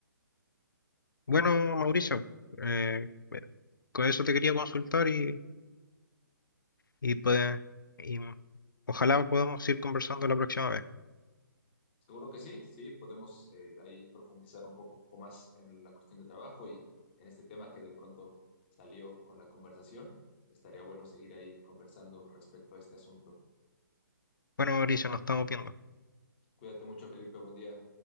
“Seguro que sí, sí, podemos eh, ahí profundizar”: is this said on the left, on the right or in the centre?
Left